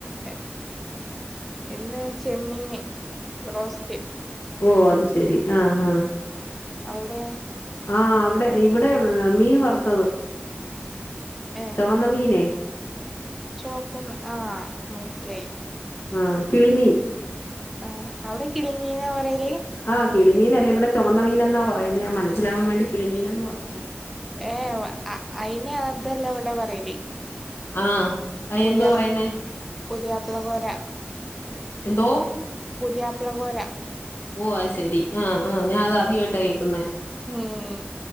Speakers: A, in the centre; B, on the left.
A: എ ഇന്ന് ചെമ്മീന് റോസ്റ്റ്
B: ഓ അത് ശെരി ആഹ് ആഹ്
A: ഔടെ
B: ആഹ് അവിടെ ഇവിടെ മീൻ വറുത്തത്
A: ഏ
B: ചൊമന്ന മീനെ
A: ചോക്കുന്ന ആ മനസ്സിലായി
B: ഉം കിളിമീൻ
A: ആ അവ്ടെ കിളിമീനാ പറയല്
B: ആ കിളിമീനല്ല ഇവിടെ ചൊമന്ന മീനെന്നാ പറയുന്നെ ഞാൻ മനസിലാവാൻ വേണ്ടി കിളിമീനെന്ന് പർഞ്ഞ്
A: ഏ വ അ അയിന് അതല്ലവിടെ പറയല്
B: ആഹ് അയ്എന്തോ
A: പുതിയ
B: പറയുന്നേ
A: പുതിയാപ്പള കോര
B: എന്തോ
A: പുതിയാപ്പ്ള കോര
B: ഓഹ് അത് ശെരി ആഹ് ആഹ് ഞാൻ അത് ആദ്യായിട്ടാ കേക്കുന്നേ
A: ഉം